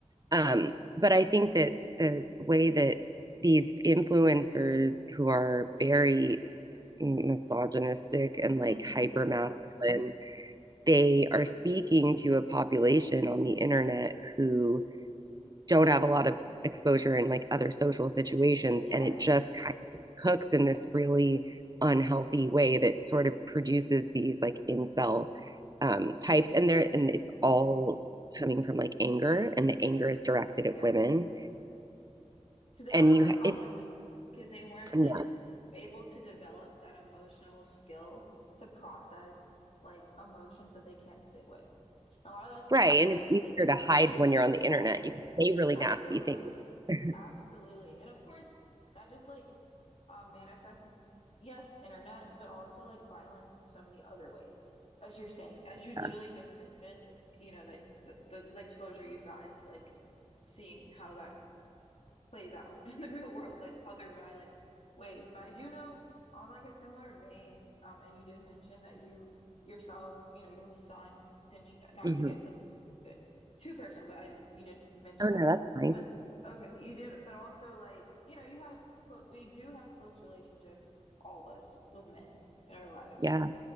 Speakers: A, on the right (about 35°); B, on the left (about 60°).
A: Um, but I think that the way that these influencers who are very misogynistic and like
B: Mm-hmm.
A: hyper masculine, they are speaking to a population on the internet who don't have a lot of exposure in like other social situations
B: Yes.
A: and it just kind of cooks in this really unhealthy way that sort of produces these like incel um types and they're and it's
B: Mm-hmm.
A: all coming from like anger and the anger is directed
B: Yeah.
A: at women
B: Because they don't
A: and
B: know how
A: you
B: to process
A: it
B: it. Because they weren't
A: yeah,
B: like able to develop that emotional skill to process like emotions that they can't sit with. A lot of that time,
A: right
B: of
A: and
B: course,
A: it's
B: it's
A: easier
B: like,
A: to hide when you're on
B: yeah,
A: the internet you can say really
B: absolutely.
A: nasty things
B: Absolutely.
A: <laughs>
B: And of course, that just like um manifests in s- yes, internet, but also like violence in so many other ways. As you're saying, as you literally
A: yeah.
B: just mentioned, you know, that the, the, the exposure you've gotten to like seeing how that plays out <laughs> in the real world, like other violent ways. But I do know on like a similar vein, um, and you did mention that you yourself, you know, you have a son, didn't you, not
A: Mhm.
B: to get like to, too personal, but I did, you did mention
A: oh
B: that.
A: no that's fine
B: But okay, you did, but also like, you know, you have close, we do have close relationships, all of us with men in our lives.
A: yeah